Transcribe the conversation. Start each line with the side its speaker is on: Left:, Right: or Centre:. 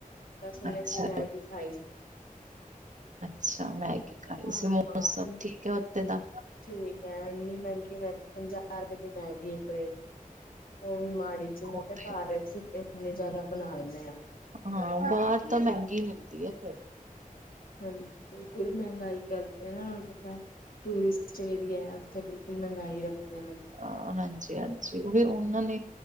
Left: ਬਸ ਹੁਣੇ
Right: ਅੱਛਾ- ਅੱਛਾ
Left: ਅਸੀਂ ਮੈਗੀ ਖਾਈ ਸੀ
Right: ਅੱਛਾ ਮੈਗੀ ਖਾਈ
Left: ਹਾਂ
Right: ਸੀ ਮੌਸਮ
Left: ਹਾਂ
Right: ਠੀਕ ਹੈ ਉੱਥੇ ਦਾ
Left: ਠੀਕ ਹੈ ਇੰਨੀ ਮਹਿੰਗੀ ਮੈ ਪੰਜਾਹ ਰੁਪਏ ਦੀ ਮੈਗੀ ਇੱਕ ਪਲੇਟ ਉਹ ਵੀ ਮਾੜੀ ਜੀ ਮੈਂ
Right: ਹਾਂ
Left: ਕਿਹਾ ਘਰ ਸੀਂ ਇੰਨੇ ਜ਼ਿਆਦਾ ਬਣਾ ਲੈਂਦੇ ਆ
Right: ਹਾਂ ਬਾਹਰ ਤਾਂ ਮਹਿੰਗੀ ਮਿਲਦੀ ਹੈ ਫਿਰ
Left: ਹਾਂਜੀ ਬਿਲਕੁਲ ਮਹਿੰਗਾਈ ਕਰਦੇ ਨਾ ਉਹ ਨੂੰ ਪਤਾ ਟੂਰਿਸਟ ਏਰੀਆ ਉੱਥੇ ਬਿਲਕੁਲ ਮਹਿੰਗਾਈ ਰੱਖਦੇ ਨੇ
Right: ਹ ਹਾਂਜੀ- ਹਾਂਜੀ ਓਹੋ ਫਿਰ ਉਹਨਾਂ ਨੇ